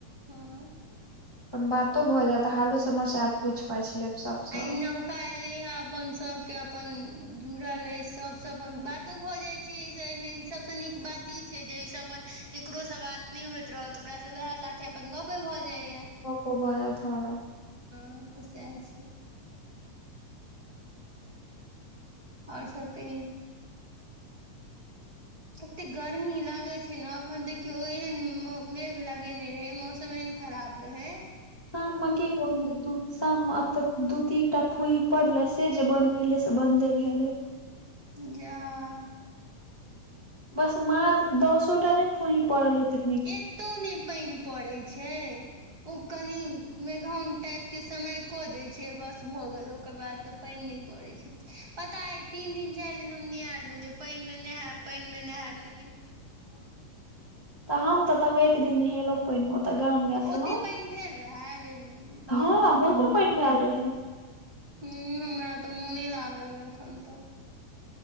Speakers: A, on the right (about 40°); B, on the left (about 40°).
A: हँऽ
B: अपन बातो भऽ जेत आ हालो समाचार पूछि- पाछ लेब सब स
A: आ ई नवका एले हे अपन सब के अपन जुड़ल अछि, सबस अपन बातो भऽ जाय छय, एहि से एहि मे ई सबस नीक बात ई छै जे, एहिसँ अपन केकरो स बात नहि होइत रहत, ओकरा स वैह लाथे अपन गपे भऽ जायये।
B: गपो भऽ जैथ हं।
A: अंत सेह छै। और सब कहियो। कते गर्मी लागे छै न, अखन देखियो ऐहन मेघ लगेने रहे, मौसम ऐहन खराब रहै
B: गाम मे की कहु ओतो शाम में अतऽ दू तीन टा फुहि पड़ले, से जे बंन्द भेले से बंदे भेलै।
A: जाऽ
B: बस मात्र दसो टा नहि फुही पड़ल हेतय।
A: एतौ ने पानि परय छै। ओ कनि मेघौन टाइप के समय क देय छय, बस भऽ गेल ओकर बाद तऽ पानि नहि पड़ै छै, पता अय तीन दिन चारि दिन हम निआरलों, जे पानि मे नहेब पनि मे नेहब ले
B: तऽ हम तऽ तबो एक दिन नेहेलों। पानि मे ओतऽ गाम गेल छलहुँ,
A: ओते पानि भेल रहए जे
B: हँ
A: पानि
B: बहुतो पानि भेल रहै।
A: हुं हमरा तऽ मोने लागल अय अखन तक।